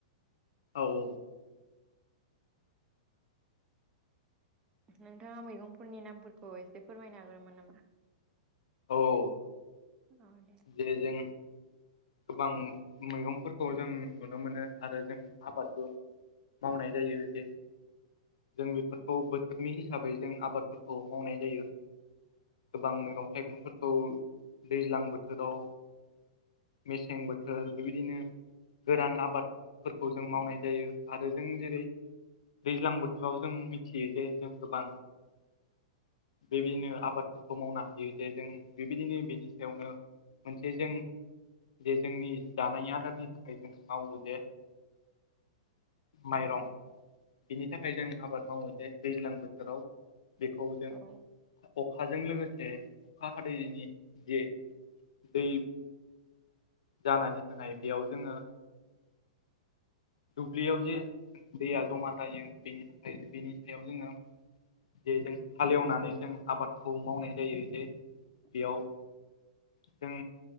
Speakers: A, on the left; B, on the right.
A: औ औ
B: नोंथाङा मैगंफोरनि नामफोरखौ एसे फोरमायनो हागोन मोन नामा
A: औ
B: औ दे
A: जे जों गोबां मैगंफोरखौ जों नुनो मोनो आरो जों आबादबो मावनाय जायो बे जों बेफोरखौ बोथोरनि हिसाबै जों आबादफोरखौ मावनाय जायो गोबां मैगं थाइगंफोरखौ दैज्लां बोथोराव मेसें बोथोर बेबायदिनो गोरान आबाद फोरखौ जों
B: उम
A: मावनाय जायो आरो आरो जों जेरै दैज्लां बोथोराव जों मिथियो जे जों गोबां बेबायदिनो आबादफोरखौ मावनो हायो जे जों बेबायदिनो बेनि सायावनो मोनसे जों जे जोंनि जानाय आदारनि थाखाय जों मावो जे
B: <inaudible>
A: माइरं बिनि थाखाय जों आबाद मावो दैज्लां बोथोराव बेखौ जों
B: औ
A: अखाजों लोगोसे अखा हादैनि जे दै जानानै थानाय बेयाव जोङो दुब्लियाव जे दैया जमा जायो बेनि थाखाय बेनि हायाव जोङो जे जों हालेवनानै जों आबादखौ मावनाय जायो जे बेयाव
B: उम
A: जों